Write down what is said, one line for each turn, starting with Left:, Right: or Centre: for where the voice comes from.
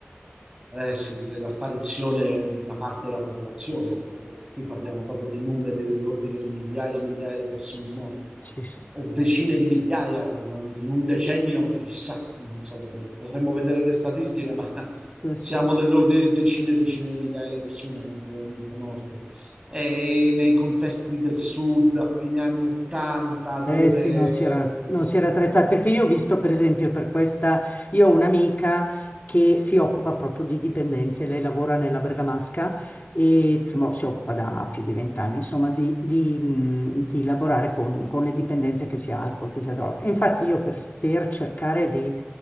Right: eh sì, della sparizione di una parte della popolazione, perché qui parliamo proprio di numeri dell'ordine di migliaia e migliaia di persone morte,
Left: Sì, sì.
Right: o decine di migliaia, probabilmente in un decennio, chissà, non so, perché dovremmo vedere le statistiche, ma <laughs>
Left: Sì, sì.
Right: siamo dell'ordine di decine e decine di migliaia di persone probabilmente morte. E nei contesti del sud a fine anni 80, dove
Left: Eh sì, non si era, non si era attrezzata, perché io ho visto per esempio per questa, io ho un'amica che si occupa proprio di dipendenze, lei lavora nella Bergamasca e insomma, si occupa da più di vent'anni, insomma, di, di, mh, di lavorare con, con le dipendenze che sia alcol, che sia droga. E infatti io per, per cercare di